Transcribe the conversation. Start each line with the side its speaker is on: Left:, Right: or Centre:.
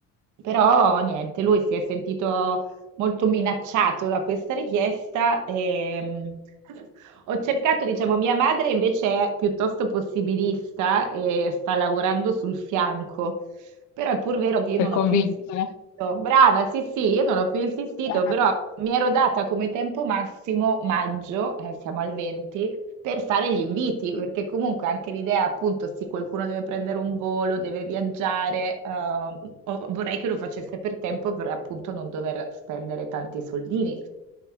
Right: Però niente, lui si è sentito molto minacciato da questa richiesta. ehm, ho cercato, diciamo, mia madre invece è piuttosto possibilista e sta lavorando sul fianco, però è pur vero che io
Left: per
Right: non
Left: convincere.
Right: ho più insistito. Brava, sì, sì, io non ho più insistito,
Left: <laughs>
Right: però mi ero data come tempo massimo maggio, eh, siamo al 20, per fare gli inviti, perché comunque anche l'idea, appunto, sì, qualcuno deve prendere un volo, deve viaggiare, ehm, o- vorrei che lo facesse per tempo per appunto non dover spendere tanti soldini.